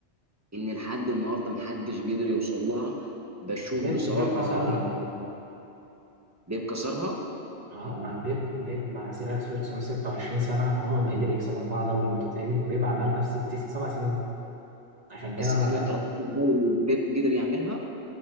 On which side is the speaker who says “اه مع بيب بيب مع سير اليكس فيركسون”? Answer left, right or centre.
Right